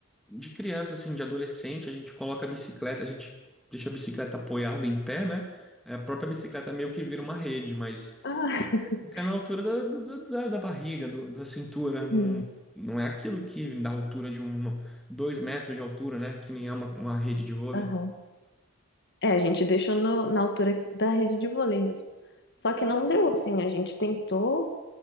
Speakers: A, in the centre; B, on the left (about 55°).
A: de criança, assim, de adolescente. A gente coloca a bicicleta, a gente deixa a bicicleta apoiada em pé, né? Aí A própria bicicleta meio que vira uma rede, mas
B: Ah, <laughs>
A: fica na altura da, da, da- da barriga, do- da cintura. Não,
B: sim.
A: não é aquilo que dá altura de um, dois metros de altura, né? Que nem é uma, uma rede de vôlei.
B: Aham. É, a gente deixou no- na altura da rede de vôlei mesmo. Só que não deu, assim, a gente tentou,